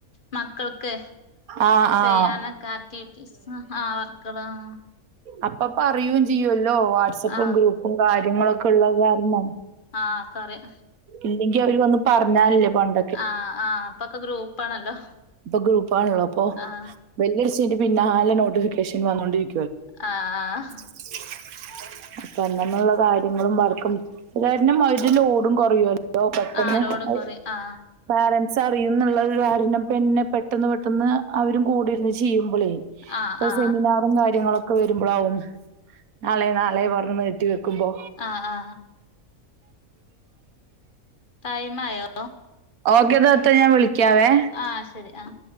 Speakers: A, on the left; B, on the right.
A: മക്കൾക്ക്
B: ആഹ്
A: ചെയ്യാനൊക്കെ
B: ആഹ്
A: ആക്ടിവിറ്റീസ് ആഹ് വർക്കെൾ ആഹ്
B: അപ്പം പറയും ചെയ്യോല്ലോ വാട്സപ്പും
A: ആ
B: ഗ്രൂപ്പും കാര്യങ്ങൾ ഒക്കെ ഇള്ളെത് കാര്ണം
A: ആഹ് ഒക്കെ അറിയാ
B: ഇല്ലെങ്കി അവര് വന്ന് പർഞ്ഞാൽ അല്ലെ പണ്ട്
A: ആഹ് ആഹ് ഇപ്പൊ ഒക്കെ ഗ്രൂപ്പാണല്ലോ
B: ഇപ്പൊ ഗ്രൂപ്പ് ആണല്ലോ ഇപ്പൊ
A: ആ
B: ബെല്ല് അടിച്ചെയിന്റെ പിന്നാലെ നോട്ടിഫിക്കേഷെൻ വന്നോണ്ട് ഇരി
A: അ ആഹ്
B: <inaudible> അപ്പം അന്നന്നുള്ള കാര്യങ്ങളും വർക്കും അത് കാരണം അവരെ ലോടും കൊറയോ ലോ പെട്ടന്ന്
A: ആ ലോടും
B: അവര്
A: കൊറേ ആ
B: പാരെൻസ് അറിയുംന്ന് ഇള്ളൊരു കാരണം പിന്നെ പെട്ടെന്ന് പെട്ടെന്ന് അവരും കൂടിയിരുന്ന് ചെയ്യുമ്പളെയ്
A: ആ
B: ഇപ്പം
A: ആ
B: സെമിനാറും കാര്യങ്ങളൊക്കെ വെര്മ്പളാവും നാളെ നാളെ പർണ് നീട്ടി വെ ക്കുമ്പോ
A: ആ ആ ടൈം ആയോ
B: ഓക്കെ താത്ത ഞാൻ വിളിക്കാവേ
A: ആഹ് ശരി ആഹ്